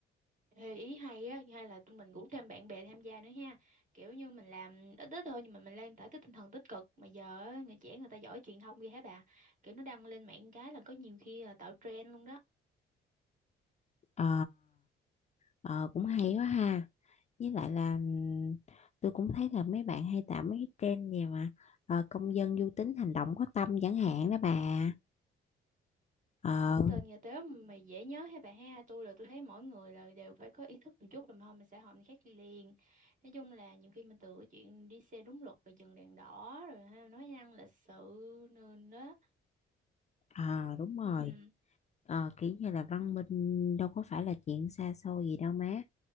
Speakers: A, on the right; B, on the left.
A: Ê, ý hay á hay là tụi mình rủ thêm bạn bè tham gia nữa ha kiểu như mình làm ít ít thôi nhưng mà mình lan tỏa cái tinh thần tích cực mà giờ á, người trẻ người ta giỏi truyền thông ghê hả bà kiểu nó đăng lên mạng cái là có nhiều khi là tạo trend luôn đó
B: ờ ờ, cũng hay quá ha với lại là ừm, tôi cũng thấy là mấy bạn hay tạo mấy cái trend gì mà ờ, công dân du tính hành động có tâm chẳng hạn đó bà ờ
A: cái tên nhà tếu mà dễ nhớ hay bà ha tôi là tôi thấy mỗi người là đều phải có ý thức một chút rồi mà không mình sẽ hội mình khác đi liền nói chung là nhiều khi mình từ cái chuyện đi xe đúng luật và dừng đèn đỏ rồi ha nói năng lịch sự nữa đó
B: ờ, đúng rồi
A: ừ.
B: ờ, kiểu như là văn minh đâu có phải là chuyện xa xôi gì đâu má